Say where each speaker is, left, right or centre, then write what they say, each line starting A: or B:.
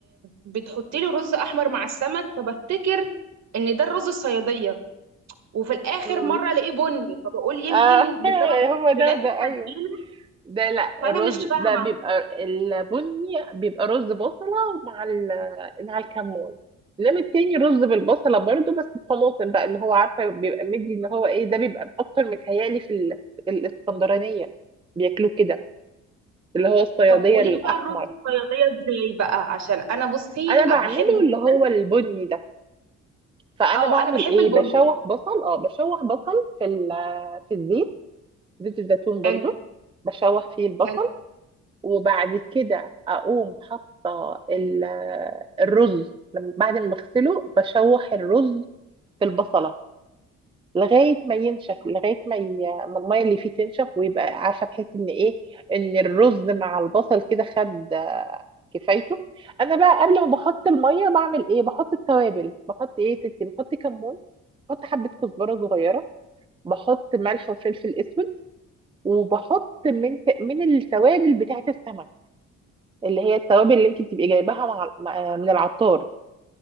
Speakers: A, on the right; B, on the right.
A: بتحط لي رز احمر مع السمك فبفتكر ان ده الرز الصياديه وفي الاخر
B: امم
A: مره الاقيه بني فبقول يمكن
B: آه <laughs>
A: بسبب
B: هو
A: اختلاف
B: ده ده
A: التتبيله
B: ايوه ده لا
A: فانا
B: الرز
A: مش فاهمه
B: ده بيبقى البني بيبقى رز بصلة مع ال مع الكمون انما التاني رز بالبصلة برضو بس الطماطم بقى اللي هو عارفة بيبقى مدي اللي هو ايه ده بيبقى اكتر متهيألي في ال- الاسكندرانية بياكلوه كده اللي هو الصيادية
A: طب قولي
B: الأحمر
A: لي بقى الرز الصياديه ازاي بقى عشان انا بصي
B: أنا بعمله
A: بحبه
B: اللي
A: جدا
B: هو البني ده فأنا
A: اه
B: بعمل
A: انا بحب
B: ايه
A: البني
B: بشوح بصل اه بشوح بصل في ال- في الزيت زيت الزيتون برضو
A: حلو
B: بشوح فيه البصل
A: حلو
B: وبعد كده اقوم حاطه ال- الرز لما- بعد ما بغسله بشوح الرز في البصله لغايه ما ينشف لغايه ما ي... ما الميه اللي فيه تنشف ويبقى عارفه تحس ان ايه ان الرز مع البصل كده خد آه، كفايته انا بقى قبل ما بحط الميه بعمل ايه بحط التوابل بحط ايه يا ستي بحط كمون بحط حبه كزبره صغيره بحط ملح وفلفل اسود وبحط من من التوابل بتاعه السمك اللي هي التوابل اللي انت بتبقي جايباها مع مع- من العطار